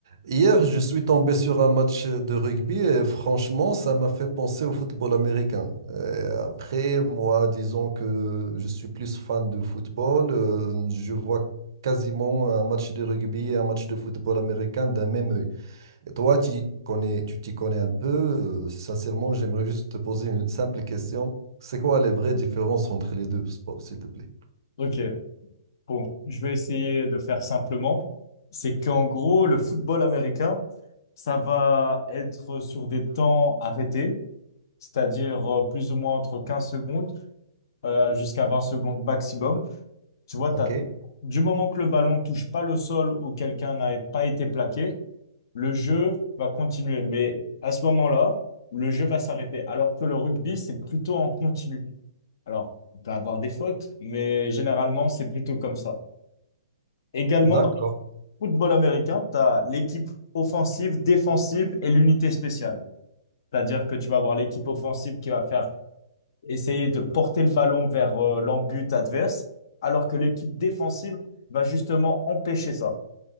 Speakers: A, on the right; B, on the left.
A: Hier, je suis tombé sur un match de rugby et franchement, ça m'a fait penser au football américain. Et après, moi, disons que je suis plus fan de football, euh, je vois quasiment un match de rugby et un match de football américain d'un même œil. Et toi, tu connais, tu t'y connais un peu. euh, sincèrement, j'aimerais juste te poser une simple question. C'est quoi les vraies différences entre les deux sports, s'il te plaît?
B: Ok, bon, je vais essayer de faire simplement. C'est qu'en gros, le football américain, ça va être sur des temps arrêtés, c'est-à-dire euh, plus ou moins entre 15 secondes euh, jusqu'à 20 secondes maximum. Tu vois,
A: OK.
B: t'as, du moment que le ballon touche pas le sol ou quelqu'un n'a pas été plaqué, le jeu va continuer. Mais à ce moment-là, le jeu va s'arrêter. Alors que le rugby, c'est plutôt en continu. Alors, on peut avoir des fautes, mais généralement, c'est plutôt comme ça. Également,
A: D'accord.
B: dans le football américain, tu as l'équipe offensive, défensive et l'unité spéciale. C'est-à-dire que tu vas avoir l'équipe offensive qui va faire essayer de porter le ballon vers euh, l'embut adverse, alors que l'équipe défensive va justement empêcher ça.